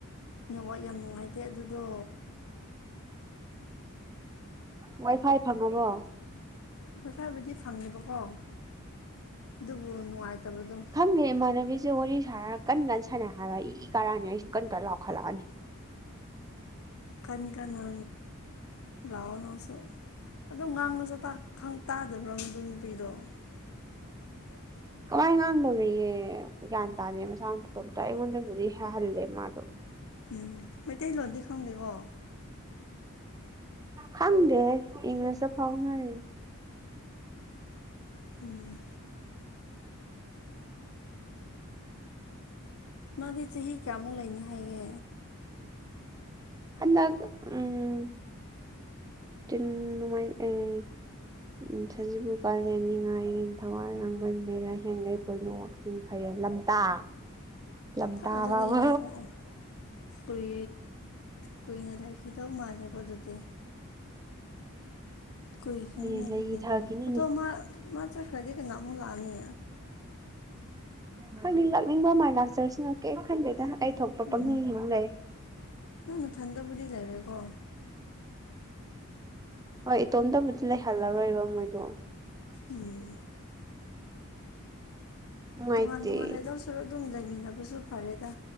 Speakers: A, on the left; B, on the right.
A: ꯅꯦꯠꯋꯥꯛ ꯌꯥꯝ ꯅꯨꯡꯉꯥꯏꯇꯦ ꯑꯗꯨꯗꯣ
B: ꯋꯥꯏ ꯐꯥꯏ ꯐꯪꯉꯕꯣ
A: ꯋꯥꯏ ꯐꯥꯕꯨꯗꯤ ꯐꯪꯉꯦꯕꯀꯣ ꯑꯗꯨꯕꯨ ꯅꯨꯡꯉꯥꯏꯇꯕꯗꯣ
B: ꯈꯪꯗꯦ ꯏꯃꯥꯟꯅꯕꯤꯁꯦ ꯋꯥꯔꯤ ꯁꯥꯔꯒ ꯀꯟ ꯀꯟ ꯁꯥꯟꯅꯩ ꯍꯥꯏꯕ ꯏ ꯀꯥꯔꯅꯤ ꯑꯩꯁꯨ ꯀꯟ ꯀ ꯂꯥꯎꯈꯠꯂꯛꯑꯅꯤ
A: ꯀꯟ ꯀꯟꯅ ꯂꯥꯛꯑꯣ ꯅꯪꯁꯨ ꯑꯗꯨꯝ ꯉꯥꯡꯅꯁꯨ ꯈꯪ ꯇꯥꯗꯕ꯭ꯔꯣ ꯃꯗꯨ ꯅꯨꯄꯤꯗꯣ <inaudible>
B: ꯀꯃꯥꯏ ꯉꯥꯡꯗꯧꯔꯤꯒꯦ ꯒ꯭ꯌꯥꯟ ꯇꯥꯗꯦ ꯃꯁꯥ ꯃꯇꫭꯝꯇꯥ ꯑꯩꯉꯣꯟꯗꯕꯨꯗꯤ ꯍꯥꯍꯜꯂꯦ ꯃꯥꯗꯣ
A: ꯎꯝ ꯃꯩꯇꯩꯂꯣꯟꯗꯤ ꯈꯪꯗꯦꯀꯣ
B: ꯈꯥꯡꯗꯦ ꯏꯪꯂꯤꯁꯇ ꯐꯥꯎꯅꯩ
A: ꯎꯝ ꯃꯥꯗꯤ ꯆꯍꯤ ꯀꯌꯥꯃꯨꯛ ꯂꯩꯅꯤ ꯍꯥꯏꯒꯦ
B: ꯑꯗꯛ ꯎꯝ <unintelligible> ꯎꯝ ꯁꯖꯤꯕꯨ ꯀꯥꯂꯦꯟ ꯏꯉꯥ ꯏꯉꯦꯟ ꯊꯥꯋꯜ ꯂꯥꯡꯕꯟ ꯃꯦꯔꯥ ꯍꯤꯌꯡꯒꯩ ꯄꯣꯏꯅꯨ ꯋꯥꯛꯆꯤꯡ ꯐꯥꯏꯔꯦꯟ ꯂꯝꯇꯥ ꯂꯝꯇꯥ
A: ꯊꯛꯑꯅꯨꯅꯦ
B: ꯐꯥꯎꯕ
A: ꯑꯣ ꯑꯣ ꯀꯨꯏ ꯀꯨꯏꯅ ꯂꯩꯈꯤꯗꯧ ꯃꯥꯜꯂꯦꯀꯣ ꯑꯗꯨꯗꯤ ꯀꯨꯏꯈꯤꯅꯤꯅꯦ
B: ꯍꯣꯏꯅꯦ ꯂꯩ
A: ꯑꯗꯨꯗꯤ
B: ꯊꯥꯈꯤꯅꯤꯅꯦ
A: ꯑꯗꯣ ꯃꯥ ꯃꯥ ꯆꯠꯈ꯭ꯔꯗꯤ ꯀꯅ ꯑꯃꯨꯛ ꯂꯥꯛꯑꯅꯤ
B: ꯈꯪꯗꯦ ꯂꯥꯛꯅꯤꯡꯕ ꯃꯥꯏ ꯂꯥꯛꯆꯔꯁꯅꯨ ꯀꯩꯝ ꯈꯟꯗꯦꯗ ꯑꯩ ꯊꯣꯛꯄ
A: ꯎꯝ
B: ꯄꯪꯍꯤꯡ ꯍꯤꯡ ꯂꯩ
A: ꯅꯪ ꯅꯊꯟꯗꯕꯨꯗꯤ ꯂꯩꯔꯦꯀꯣ
B: ꯍꯣꯏ ꯏꯇꯣꯝꯇꯕꯨꯗꯤ ꯂꯩꯍꯜꯂꯔꯣꯏꯕ ꯃꯣꯏꯗꯣ
A: ꯎꯝ
B: ꯅꯨꯡꯉꯥꯏꯇꯦ
A: ꯇꯣꯉꯥꯟ ꯇꯣꯉꯥꯟ ꯂꯩꯗꯧ ꯁꯔꯨꯛ ꯑꯗꯨꯝ ꯂꯩꯃꯤꯟꯅꯕꯖꯨ ꯐꯔꯦꯗ